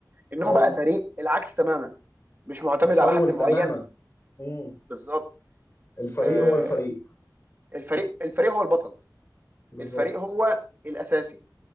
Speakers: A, on the right; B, on the left.
A: ان هو
B: أيوه
A: بقى فريق العكس تماما مش معتمد
B: اتحول
A: على حد معين
B: تماما مم.
A: بالظبط
B: الفريق
A: آه،
B: هو الفريق
A: الفريق الفريق هو البطل
B: بالظبط
A: الفريق هو الاساسي